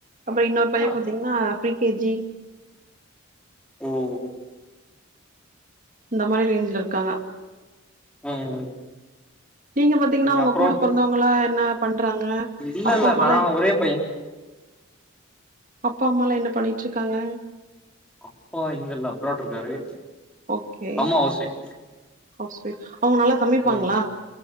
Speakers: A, on the right; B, in the centre.
A: அப்புறோ இன்னொரு பைய
B: ஓ
A: பாத்தீங்கன்னா ப்ரீ கே ஜி
B: ஓ
A: இந்த மாரி ரேஞ்சில இருக்காங்க
B: ம் ம்
A: நீங்க பாத்தீங்கன்னா உங்க
B: அப்றோ
A: கூட பொறந்தவங்கள்லா என்ன பண்றாங்க
B: இல்ல
A: அப்பா
B: இல்ல
A: அம்மால
B: நா
A: எப்
B: ஒரே பைய
A: அப்பா அம்மாலா என்ன பண்ணிட்டு இருக்காங்க
B: அப்பா இங்கல்ல அப்ராட் இருக்காரு
A: ஓகே
B: அம்மா ஹவுஸ் வைஃப்
A: ஹவுஸ் வைஃப் அவுங்க நல்லா சமைப்பாங்களா
B: ம்